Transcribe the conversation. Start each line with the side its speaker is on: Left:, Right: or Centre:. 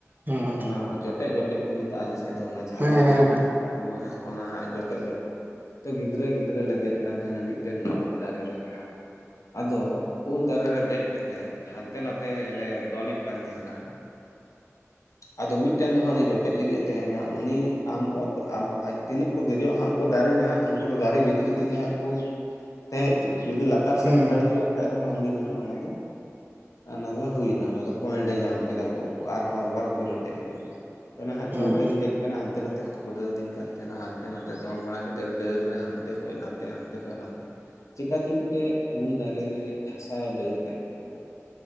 Right: ᱦᱩᱸ
Left: ᱚᱱᱟ ᱡᱚᱴᱮᱫ ᱡᱚᱴᱮᱫ ᱠᱚ ᱢᱮᱛᱟᱜ-ᱟ ᱟᱞᱮᱥᱮᱫ ᱫᱚ ᱚᱱᱟ ᱡᱷᱟᱞᱚᱨ
Right: ᱦᱮᱸ ᱦᱮᱸ
Left: ᱪᱮᱫ ᱠᱚ ᱢᱮᱛᱟᱜ ᱠᱟᱱᱟ ᱦᱟᱸᱜ ᱚᱱᱟ ᱦᱟᱸᱜ ᱡᱚᱴᱮᱫ ᱡᱚᱴᱮᱫ ᱛᱚ ᱜᱤᱫᱽᱨᱟᱹ ᱜᱤᱫᱽᱨᱟᱹᱞ ᱞᱮ ᱫᱮᱡ ᱠᱟᱱ ᱛᱟᱦᱮᱱᱟ ᱢᱤᱫᱴᱮᱱ ᱩᱞ ᱫᱟᱨᱮ ᱨᱮ ᱱᱟᱦᱟᱸᱜ ᱾ ᱟᱫᱚ ᱩᱞ ᱫᱟᱨᱮ ᱨᱮ ᱫᱮᱡ ᱠᱟᱛᱮᱫ ᱦᱟᱱᱛᱮ ᱱᱟᱛᱮ ᱞᱮ ᱫᱚᱱᱮᱫ ᱠᱟᱱ ᱛᱟᱦᱮᱱᱟ ᱦᱟᱸ ᱟᱫᱚ ᱢᱤᱫᱴᱮᱱ ᱫᱚ ᱦᱟᱸᱜ ᱩᱱᱤ ᱡᱚᱴᱮᱫ ᱞᱟᱹᱜᱤᱫᱼ ᱮ ᱛᱟᱦᱮᱱᱟ ᱩᱱᱤ ᱟᱢ ᱚᱛ ᱟᱢ ᱟᱡ ᱛᱤᱱᱟᱹᱜ ᱠᱚ ᱫᱮᱡᱚᱜᱼᱟ ᱦᱟᱸᱜ ᱩᱱᱠᱩ ᱫᱟᱨᱮ ᱱᱟᱦᱟᱸᱜ ᱩᱱᱠᱩ ᱫᱚ ᱫᱟᱨᱮ ᱵᱷᱤᱛᱨᱤ ᱛᱮᱜᱮ ᱦᱟᱸᱜ ᱠᱚ ᱛᱟᱦᱮᱸ ᱦᱚᱪᱚᱜ ᱡᱩᱫᱤ ᱞᱟᱛᱟᱨ ᱥᱮᱫ
Right: ᱦᱩᱸ
Left: ᱮᱢ ᱯᱷᱮᱰ ᱦᱚᱪᱚᱣᱟᱜ ᱠᱷᱟᱡ ᱫᱚ ᱦᱟᱸᱜ ᱩᱱᱤ ᱫᱚ ᱦᱟᱸᱜ ᱚᱱᱟ ᱫᱚ ᱚᱱᱟ ᱫᱚ ᱦᱩᱭᱱᱟ ᱚᱱᱟ ᱫᱚ ᱯᱚᱭᱮᱱᱴᱮ ᱧᱟᱢ ᱠᱮᱫᱟ ᱠᱚ ᱩᱱᱠᱩ ᱟᱨᱦᱚᱸ ᱟᱵᱟᱨ ᱩᱱᱠᱩ ᱡᱚᱴᱮᱫ ᱦᱩᱭᱩᱜᱼᱟ ᱾ ᱟᱱᱟ ᱦᱟᱸᱜ
Right: ᱦᱩᱸ
Left: ᱪᱚᱴ
Right: ᱦᱩᱸ ᱦᱩᱸ
Left: ᱨᱮᱤᱧ ᱫᱮᱡ ᱟᱠᱟᱱᱟ ᱦᱟᱱᱛᱮ ᱱᱟᱛᱮ ᱠᱚ ᱠᱷᱩᱫᱟᱹᱣ ᱫᱤᱧ ᱠᱟᱱ ᱛᱟᱦᱮᱱᱟ ᱦᱟᱱᱛᱮ ᱱᱟᱛᱮ ᱫᱚᱱ ᱵᱟᱲᱟ ᱠᱟᱛᱮᱫ ᱰᱟᱹᱨ ᱨᱮ ᱦᱟᱱᱛᱮ ᱠᱷᱚᱡ ᱱᱟᱛᱮ ᱦᱟᱱᱛᱮ ᱠᱷᱚᱡ ᱱᱟᱛᱮ ᱾ ᱪᱮᱠᱟ ᱪᱚ ᱢᱤᱫᱴᱮᱡ ᱩᱞ ᱫᱟᱨᱮ ᱨᱮ ᱴᱷᱟᱥᱟᱣ ᱰᱟᱹᱨ ᱛᱟᱦᱮᱸ ᱠᱟᱱᱟ